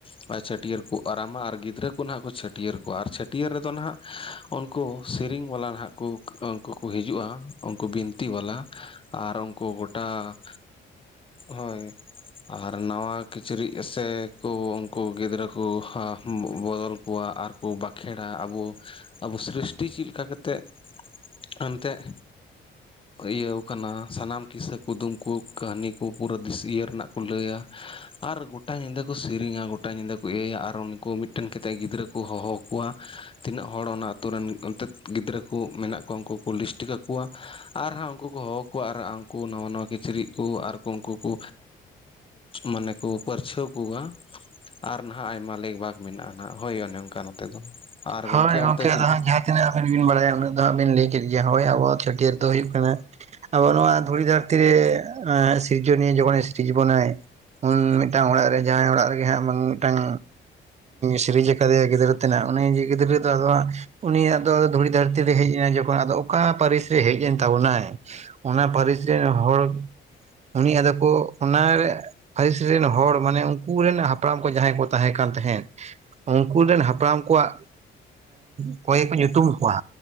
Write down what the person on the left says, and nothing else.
<unintelligible> ᱪᱷᱟᱹᱴᱭᱟᱹᱨ ᱠᱚ ᱟᱨᱟᱢᱟ ᱟᱨ ᱜᱤᱫᱽᱨᱟᱹ ᱠᱚ ᱱᱟᱦᱟᱜ ᱠᱚ ᱪᱷᱟᱹᱴᱭᱟᱹᱨ ᱠᱚᱣᱟ ᱟᱨ ᱪᱷᱟᱹᱴᱭᱟᱹᱨ ᱨᱮᱫᱚ ᱱᱟᱦᱟᱜ ᱩᱱᱠᱩ ᱥᱮᱨᱮᱧ ᱵᱟᱞᱟ ᱱᱟᱦᱟᱜ ᱩᱱᱠᱩ ᱠᱚ ᱦᱤᱡᱩᱜᱼᱟ ᱩᱱᱠᱩ ᱵᱤᱱᱛᱤ ᱵᱟᱞᱟ ᱟᱨ ᱩᱱᱠᱩ ᱜᱚᱴᱟ ᱦᱳᱭ ᱟᱨ ᱱᱟᱣᱟ ᱠᱤᱪᱨᱤᱜ ᱥᱮ ᱠᱚ ᱩᱱᱠᱩ ᱜᱤᱫᱽᱨᱟᱹ ᱠᱚ ᱠᱚ ᱵᱚᱫᱚᱞ ᱠᱚᱣᱟ ᱟᱨ ᱠᱚ ᱵᱟᱸᱠᱷᱮᱲᱟ ᱟᱵᱚ ᱟᱵᱚ ᱥᱨᱤᱥᱴᱤ ᱪᱮᱫ ᱞᱮᱠᱟ ᱠᱟᱛᱮ ᱮᱱᱛᱮᱜ ᱤᱭᱟᱹᱣ ᱠᱟᱱᱟ ᱥᱟᱱᱟᱢ ᱠᱤᱥᱟᱹ ᱠᱩᱫᱩᱢ ᱠᱚ ᱠᱟᱹᱦᱱᱤ ᱠᱚ ᱯᱩᱨᱟᱹ ᱤᱭᱟᱹ ᱨᱮᱱᱟᱜ ᱞᱟᱹᱭᱟ ᱟᱨ ᱜᱚᱴᱟ ᱧᱤᱫᱟᱹ ᱠᱚ ᱥᱮᱨᱮᱧᱟ ᱜᱚᱴᱟ ᱧᱤᱫᱟᱹ ᱠᱚ ᱤᱭᱟᱹᱭᱟ ᱟᱨ ᱩᱱᱠᱩ ᱢᱤᱫ ᱴᱮᱱ ᱠᱟᱛᱮ ᱜᱤᱫᱽᱨᱟᱹ ᱠᱚ ᱦᱚᱦᱚ ᱟᱠᱚᱣᱟ ᱛᱤᱱᱟᱹᱜ ᱦᱚᱲ ᱚᱱᱟ ᱟᱛᱳ ᱨᱮᱱ ᱚᱱᱛᱮ ᱜᱤᱫᱽᱨᱟᱹ ᱠᱩ ᱢᱮᱱᱟᱜ ᱠᱚᱣᱟ ᱩᱱᱠᱩᱠᱩ ᱞᱤᱥᱴ ᱠᱟᱠᱚᱣᱟ ᱟᱨᱦᱟᱸᱜ ᱩᱱᱠᱩ ᱠᱚ ᱦᱚᱦᱚ ᱟᱠᱚᱣᱟ ᱟᱨ ᱩᱱᱠᱩ ᱱᱟᱣᱟ ᱱᱟᱣᱟ ᱠᱤᱪᱨᱤᱡ ᱟᱨᱠᱚ ᱩᱱᱠᱩ ᱠᱚ ᱢᱟᱱᱮ ᱠᱚ ᱯᱟᱹᱨᱪᱷᱟᱹᱣ ᱠᱚᱣᱟ ᱾ ᱟᱨ ᱱᱟᱦᱟᱜ ᱟᱭᱢᱟ ᱞᱮᱠᱵᱟᱜᱽ ᱢᱮᱱᱟᱜᱼᱟ ᱱᱟᱦᱟᱜ ᱦᱳᱭ ᱚᱱᱮ ᱚᱱᱠᱟ ᱱᱚᱛᱮ ᱫᱚ ᱟᱨ
ᱜᱚᱝᱠᱮ ᱚᱱᱛᱮ ᱪᱮᱫ
ᱞᱮᱠᱟ